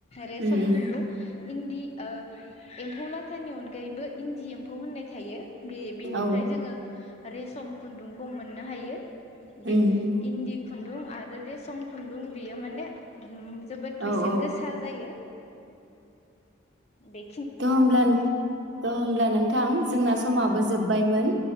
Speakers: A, on the left (about 30°); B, on the right (about 60°).
A: रेसम
B: उम उम
A: खुनदुं इन्दि ओ एम्फौ लाथानि अनगायैबो इन्दि एम्फौ होननाय थायो बे बेनिफ्राय
B: औ
A: जोङो रेसम खुन्दुंखौ मोननो हायो
B: उम
A: बे इनदि खुनदुं आरो रेसम खुन्दुं बियो माने उम जोबोद
B: औ
A: बेसेन
B: औ
A: गोसा जायो बे
B: तह होमब्ला होनोमब्ला नोंथां जोंना समाबो जोबबायमोन